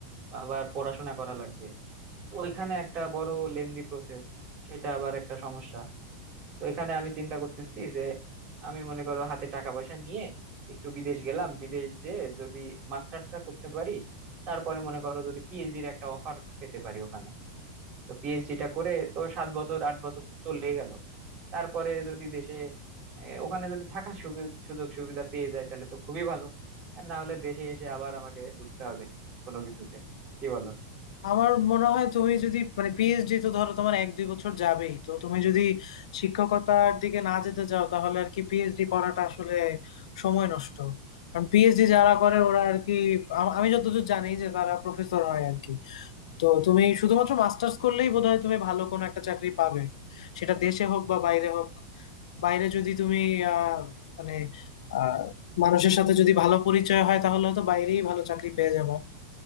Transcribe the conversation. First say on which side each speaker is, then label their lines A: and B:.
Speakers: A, on the right (about 35°); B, on the left (about 75°).
A: আবার পড়াশোনা করা লাগবে তো ওইখানে একটা বড় লেন্দি প্রসেস সেটা আবার একটা সমস্যা তো এখানে আমি চিন্তা করতেছি যে আমি মনে করো হাতে টাকা পয়সা নিয়ে একটু বিদেশ গেলাম বিদেশ যে যদি মাস্টার্সটা করতে পারি তারপরে মনে করো যদি পিএইচডির একটা অফার পেতে পারি ওখানে তো পিএইচডিটা করে তো সাত বছর আট বছর তো চলেই গেল তারপরে যদি দেশে এ, ওখানে যদি থাকার সুবি- সুযোগ সুবিধা পেয়ে যায় তাহলে তো খুবই ভালো আর না হলে দেশে এসে আবার আমাকে ঢুকতে হবে কোনো কিছুতে কি বলো
B: আমার মনে হয় তুমি যদি মানে পিএইচডি তো ধরো তোমার এক দুই বছর যাবেই তো তুমি যদি শিক্ষকতার দিকে না যেতে চাও তাহলে আর কি পিএইচডি করাটা আসলে সময় নষ্ট কারণ পিএইচডি যারা করে ওরা আর কি আম- আমি যতদূর জানি যে তারা প্রফেসর হয় আর কি তো তুমি শুধুমাত্র মাস্টার্স করলেই বোধহয় তুমি ভালো কোনো একটা চাকরি পাবে সেটা দেশে হোক বা বাইরে হোক বাইরে যদি তুমি আহ মানে আহ মানুষের সাথে যদি ভালো পরিচয় হয় তাহলে তো বাইরেই ভালো চাকরি পেয়ে যাবা